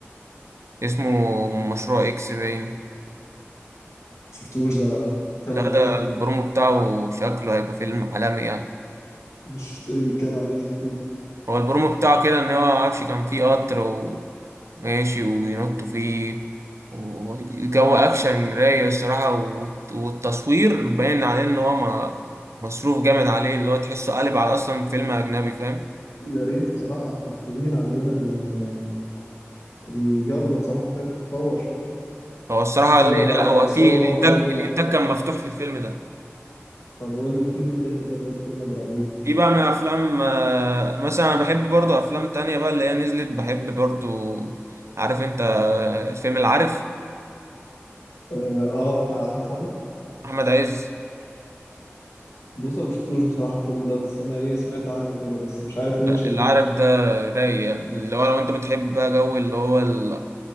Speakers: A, on the right; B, on the left.
A: واسمه مشروع اكس باين
B: شفتوش ده لا بيتكلوا
A: لا
B: عن
A: ده
B: ايه
A: البرومو بتاعه شكله هيبقى فيلم عالمي يعني
B: مش شفت ايه بيتكلوا عن ايه احكيلي.
A: هو البرومو بتاعه كده ان هو معرفش كان فيه قطر وماشي وبينطوا فيه وجو اكشن رايق الصراحة والت- والتصوير باين عليه ان هو ما- مصروف جامد عليه اللي هو تحسه قالب على اصلا فيلم اجنبي فاهم
B: يا ريت بصراحه احنا محتاجين عندنا ال- الجوده بصراحه محتاجه تتطور شويه
A: هو الصراحة
B: مستوى
A: اللي لا هو
B: مستوى
A: في الانتاج
B: محتاج يعلى
A: الانتاج كان مفتوح في الفيلم ده
B: طب قول لي في مين تاني طب غير كريم عبد العزيز
A: في بقى من افلام آه، مثلا انا بحب برضو افلام تانية بقى اللي هي نزلت بحب برضو عارف انت آه، فيلم العارف
B: اه, آه بتاع احمد فهمي
A: احمد عز
B: بص انا مشفتوش بصراحه الفيلم ده بس انا ايه سمعت عنه كده بس مش عارف ليه ما شدنيش
A: العارف ده رايق اللي هو لو انت بتحب بقى جو اللي هو ال